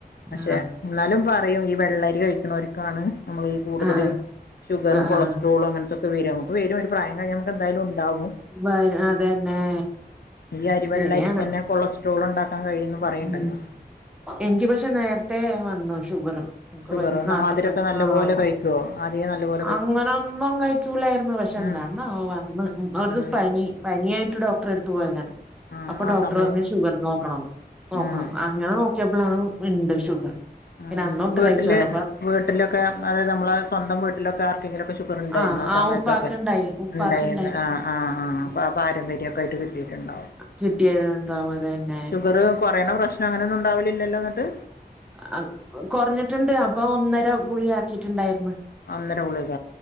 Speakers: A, on the left; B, in the centre.
A: പക്ഷെ
B: ആഹ്
A: ന്നാലും പറയും ഈ വെള്ളരി കഴിക്കണവർക്കാണ് നമ്മളീ കൂടുതൽ
B: ആഹ് ആഹ്
A: ഷുഗറും
B: ആഹ്
A: കൊളസ്ട്രോളും
B: ആഹ് ആഹ്
A: അങ്ങനത്തൊക്കെ വരും ഞമ്മക്ക് വരും ഒരു പ്രായം കഴിഞ്ഞാൽ നമുക്ക് എന്തായാലുംണ്ടാകും
B: വര് അതന്നെ
A: ഈ അരി വെള്ളരിക്കന്നെ
B: ശരിയാണ്
A: കൊളസ്ട്രോള്ണ്ടാക്കാൻ കഴിയുംന്ന് പറയ്ണ്ടല്ലോ?
B: ഉം എനിക്ക് പക്ഷെ നേരത്തെ വന്നു ഷുഗറ്
A: ഷുഗർ ന്ന
B: നാല്പത്തഞ്
A: മധുരൊക്കെ നല്ല
B: ആഹ്
A: പോലെ കഴിക്കോ ആദിയം നല്ലപോ
B: അങ്ങനെ ഒന്നും കഴിക്കൂലായിരുന്നു പക്ഷെ എന്താണ
A: ഉം
B: വോ വന്ന് ഒരു
A: ഉം
B: പനി പനിയായിട്ട് ഡോക്ടറെ എടുത്ത് പോയതാണ്
A: ആ
B: അപ്പൊ
A: ആ
B: ഡോക്ടറ്
A: സമയത്ത്
B: പറഞ്ഞു ഷുഗറ് നോക്കണം അങ്ങ
A: ഉം
B: ങ്ങനെ നോക്കിയപ്പാളാണ് ണ്ട് ഷുഗർ
A: ആഹ്
B: പിന്നെ അന്നൊട്ട്
A: വീട്ടില്
B: കഴിച്ചു തുടങ്ങി അപ്പൊ
A: വീട്ടിലൊക്കെ അതെ നമ്മള സ്വന്തം വീട്ടി ലൊക്കെ ആർക്കെങ്കിലൊക്കെ ഷുഗറ് ണ്ടായിരുന്നോ
B: ആഹ്
A: ആ
B: ആഹ്
A: സമയത്തൊക്കെ
B: ഉപ്പാക്ക്ണ്ടായി ഉപ്പാക്ക്ണ്ടായി
A: ണ്ടായിന്നോ ആഹ് ആഹ് ആഹ് ആഹ് അപ്പ ആ പാരമ്പര്യം ര്യായിട്ട് കിട്ടീട്ടുണ്ടാവും
B: കിട്ടിയത് എന്താവും അത് തന്നെ
A: ഷുഗറ് കൊറയുന്ന പ്രശ്ന നങ്ങനൊന്ന് ണ്ടാവില്ലല്ലോ ന്നിട്ട്
B: ആഹ് കൊറഞ്ഞിട്ടുണ്ട് അപ്പൊ ഒന്നര ഗളിഗാക്കിട്ടുണ്ടായിരുന്നു
A: ഒന്നര ഗളിക